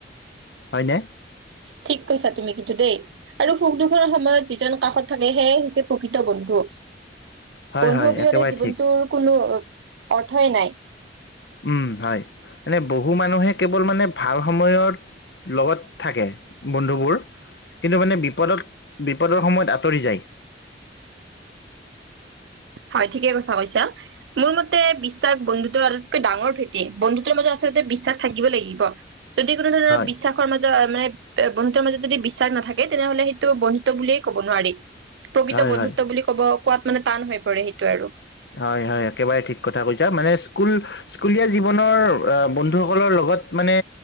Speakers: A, on the left; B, on the right.
A: হয়নে
B: ঠিক কৈছা তুমি কিন্তু দেই আৰু সুখ দুখৰ সময়ত যিজন কাষত থাকে সেয়াই হৈছে প্ৰকৃত বন্ধু
A: হয়
B: বন্ধু
A: হয়
B: অবিহনে
A: একেবাৰে
B: জীৱনটোৰ
A: ঠিক।
B: কোনো অৰ্থই নাই।
A: উম হয় মানে বহু মানুহে কেৱল মানে ভাল সময়ত লগত থাকে বন্ধুবোৰ কিন্তু মানে বিপদত বিপদৰ সময়ত আঁতৰি যায়
B: হয় ঠিকে কথা কৈছা মোৰ মতে বিশ্বাস বন্ধুতৰ আটাইতকৈ ডাঙৰ ভেটি বন্ধুতৰ মাজত আচলতে বিশ্বাস থাকিব লাগিব যদি কোনো ধৰণৰ
A: হয়
B: বিশ্বাসৰ মাজ মানে বন্ধুৰ মাজত যদি বিশ্বাস নাথাকে তেনেহলে সেইটো বন্ধুত বুলিয়েই ক'ব নোৱাৰি প্ৰকৃত
A: হয়
B: বন্ধুত্ব
A: হয়।
B: বুলি ক'ব। কোৱাত মানে টান হয় কৰে সেইটো আৰু
A: হয় হয় একেবাৰে ঠিক কৰা কৈছা মানে স্কুল স্কুলিয়া জীৱনৰ বন্ধু সকলৰ লগত মানে